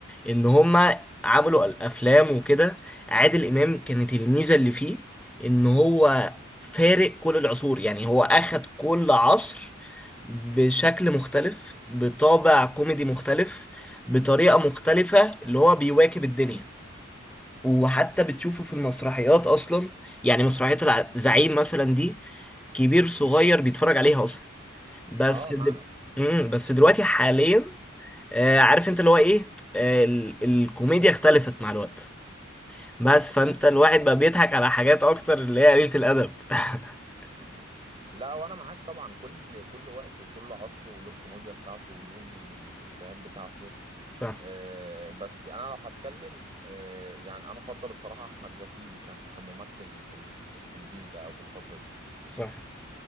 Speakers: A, in the centre; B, on the right.
A: ان هما عملوا الافلام وكده عادل امام كانت الميزه اللي فيه ان هو فارق كل العصور يعني هو اخد كل عصر بشكل مختلف بطابع كوميدي مختلف بطريقه مختلفه اللي هو بيواكب الدنيا وحتى بتشوفه في المسرحيات اصلا يعني مسرحيه الزعيم مثلا دي كبير صغير بيتفرج عليها اصلا بس
B: اه
A: دل...
B: معاك
A: مم، بس دلوقتي حاليا آه، عارف انت اللي هو ايه آه، ال- الكوميديا اختلفت مع الوقت بس فانت الواحد بقى بيضحك على حاجات اكتر اللي هي قليلة الادب <laughs>
B: <laughs> لا وانا معاك طبعا كل كل وقت وكل عصر وله الكوميديا بتاعته وله الافيهات بتاعته
A: صح
B: آه، بس انا لو هتكلم آه، يعني انا افضل الصراحه احمد زكي كم- كممثل في ال- في في الجيل ده او في الفتره دي
A: صح